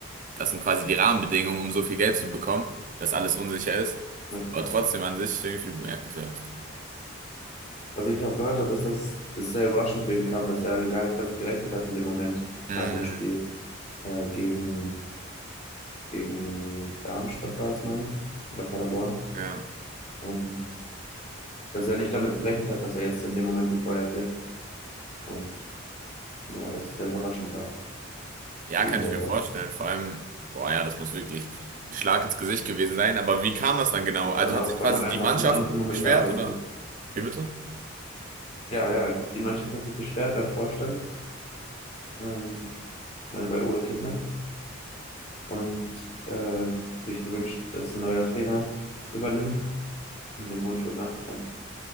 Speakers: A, on the right; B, on the left.
A: Das sind quasi die Rahmenbedingungen, um so viel Geld zu bekommen, dass alles unsicher ist.
B: ja.
A: Aber trotzdem an sich irgendwie bemerkenswert.
B: Was ich auch gehört habe, ist, dass es sehr überraschend für ihn kam, dass er gar nicht damit gerechnet hat in dem Moment
A: Hm,
B: nach dem Spiel äh, gegen gegen Darmstadt war es, meine ich, oder Paderborn,
A: ja.
B: ähm, dass er nicht damit gerechnet hat, dass er jetzt in dem Moment gefeuert wird. Und ja, das sehr überraschend war,
A: Ja,
B: für
A: kann
B: ihn selber
A: ich mir vorstellen.
B: auch.
A: Vor allem, boah, ja, das muss wirklich ein Schlag ins Gesicht gewesen sein. Aber wie kam das dann genau? Also
B: Man
A: hat
B: auch
A: sich
B: von
A: quasi
B: einem
A: die Mannschaft
B: auf dem anderen Moment
A: beschwert
B: arbeitet.
A: oder? Wie bitte?
B: Ja, ja, die Mannschaft hat sich beschwert beim Vorstand, ähm, ich meine bei Ole Kittner, und äh, sich gewünscht, dass ein neuer Trainer übernimmt und dem Wunsch wurde nachgegangen.